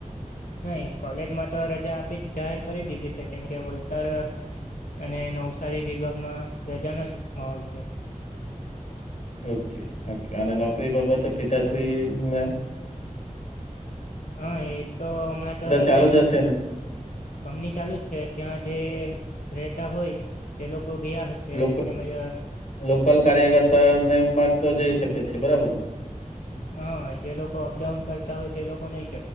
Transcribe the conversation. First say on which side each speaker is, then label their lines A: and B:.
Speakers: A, on the left; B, on the left.
A: નહી કોલેજમાં તો રજા આપી જ જાહેર કરી દીધી છે. કેમકે વલસાડ અને નવસારી વિભાગ માં રજાનોો જ માહોલ છે.
B: ઓકે ઓકે અને નોકરી બાબતે પિતાશ્રી ને?
A: હા એ તો હમણાં તો રજા
B: ચાલુ
A: જ
B: હશે ને
A: કંમની ચાલુ જ છે ત્યાં જે રહેતા હોય તે લોકો ગયા હશે,
B: લોક
A: તેમજ
B: લોકલ કાર્યકર્તા ને મા તો જઈ શકે છે બરાબર ને?
A: હા જે લોકો અપડાઉન કરતા હોય તે લોકો નહી